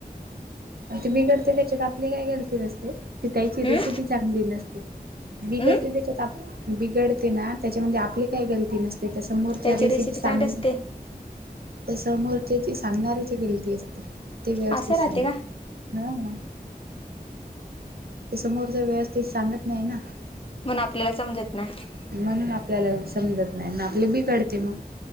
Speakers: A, on the right; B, on the left.
A: <inaudible> ते बिघडते त्याच्यात आपली काय गलती नसते ती त्याची
B: हम्म
A: रेसिपी <inaudible> चांगली नसते बिघडते
B: हम्म
A: त्याच्यात बिघडते ना त्याच्यामध्ये आपली काय गलती नसते <inaudible> तस मोरच्या
B: त्याची
A: रेसिपी सांग
B: चांगली असते
A: त्या समोरच्याची सांगणाऱ्याची गिलती असते ते <inaudible> व्यवस्थित
B: असं
A: सांगत
B: राहते का
A: नाही हा समोरच्या व्यवस्थित सांगत नाही ना <inaudible>
B: म्हणून आपल्याला समजत नाही
A: <inaudible> म्हणून आपल्याला समजत नाही ना आपले बिघडते मग